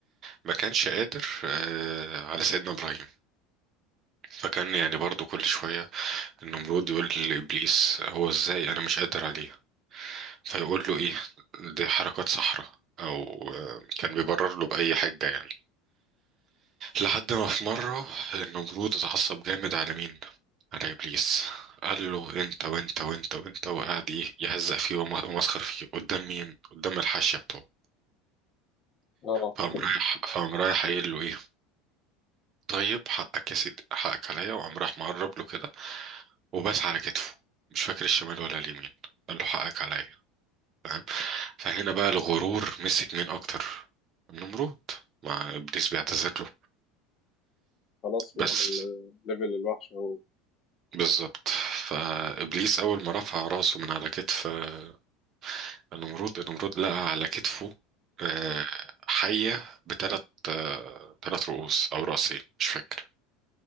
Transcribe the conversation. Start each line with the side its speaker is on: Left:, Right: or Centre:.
Right: ما كانش قادر آه، على سيدنا إبراهيم فكان يعني برضو كل شوية النمرود يقول لإبليس هو إزاي أنا مش قادر عليه فيقول له إيه دي حركات صحراء أو آه، كان بيبرر له بأي حجة يعني لحد ما في مرة النمرود اتعصب جامد على مين؟ على إبليس قال له انت وانت وانت وانت وقعد ايه يهزق فيه وم- ومسخر فيه قدام مين قدام الحاشيه بتوعه
Left: اه
Right: فقام رايح فقام رايح قايل له ايه طيب حقك يا سيدي حقك عليا وقام راح مقرب له كده وبس على كتفه مش فاكر الشمال ولا اليمين قال له حقك عليا فاهم فهنا بقى الغرور مسك مين اكتر النمرود مع ابليس بيعتذر له
Left: خلاص وصل
Right: بس
Left: ليفل الوحش اهو
Right: بالظبط فابليس اول ما رفع راسه من على كتف آه، النمرود النمرود لقى على كتفه آه، حية بثلاث ثلاث رؤوس او راسين مش فاكر